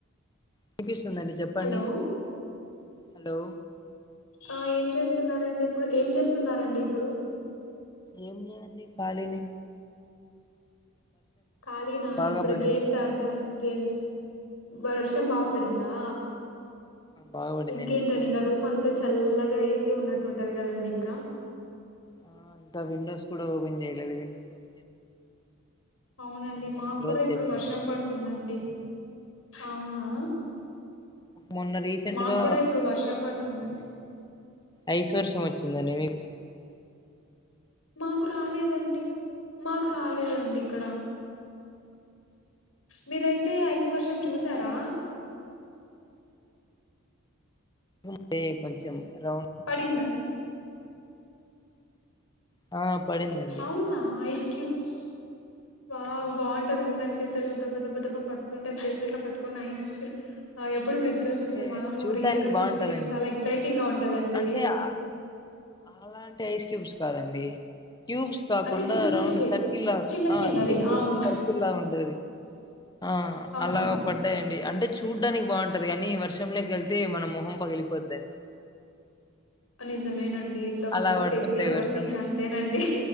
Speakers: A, on the left; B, on the left.
A: వినిపిస్తుంది అండి చెప్పండి
B: హలో
A: హలో
B: ఆ ఏం చేస్తున్నారు అండి ఇప్పుడు ఏం చేస్తున్నారు అండి ఇప్పుడు
A: ఏం లేదండి కాలినే
B: ఖాళీనా
A: బాగా
B: ఇప్పుడు
A: పడింది
B: గేమ్స్ ఆడటం గేమ్స్ బర వర్షం బాపడిందా
A: ఆ బాగా పడిందండి
B: ఇంకేంటండి
A: కూల్
B: ఇంగ రూమ్
A: ఉంది
B: అంతా
A: క్లైమేట్.
B: చల్లగా ఉన్నట్టు ఉంటది కదండి ఇంకా
A: ఆ ఇంకా విండోస్ కూడా ఓపెన్ చేయలేదు విండోస్ ఓపెన్ చే
B: అవునండి
A: అందుకని
B: మాకు
A: క్లోజ్
B: కూడా ఇప్పుడు
A: చేశాను
B: వర్షం పడుతుందండి అవునా
A: మొన్న రీసెంట్
B: మాకు
A: గా
B: కూడా ఇప్పుడు వర్షం పడుతుందండి
A: ఐస్ వర్షం వచ్చిందండి మీకు
B: మాకు రాలేదండి మాకు రాలేదండి. ఇక్కడ మీరైతే ఐస్ వర్షం చూసారా
A: అదే కొంచెం రౌండ్
B: పడిందా
A: ఆ పడిందండి
B: అవునా ఐస్ క్యూబ్స్ వావ్
A: ఆ
B: బాగుంటది. కదండి. అసలు దబ్బ దబ్బ దబ్బ పడుతుంటే <unintelligible> పటుకొని ఐస్ ఆ ఎప్పుడు ఫ్రిడ్జ్ లో
A: అంటే
B: చూసే మనము
A: చూడ్డానికి
B: రియల్గా
A: బాగుంటదండి
B: చూస్తే కానీ చాలా ఎక్సైటింగ్గా ఉంటదండి.
A: అంటే ఆ అలాంటి ఐస్ క్యూబ్స్ కాదండి క్యూబ్స్ కాకుండా
B: అంటే చిన్న చిన్నవే
A: రౌండ్ సర్కిల్లా
B: చిన్న
A: ఆ
B: చిన్నవి
A: చిన్న
B: అవును
A: సర్కిల్గా ఉంటది. ఆ
B: అవునండి
A: అలా పడ్డాయ్ అంటే చూడ్డానికి బాగుంటది. కానీ వర్షంలోకి వెళ్తే మన మొహం పగిలిపోద్దండి.
B: నిజమేనండి. దబ్బ
A: అలా
B: దబ్బ
A: పడుతుంటాయి
B: ఫేస్ మీద పడితే
A: వర్షం
B: ఇగా
A: నుంచి
B: అంతేనండి.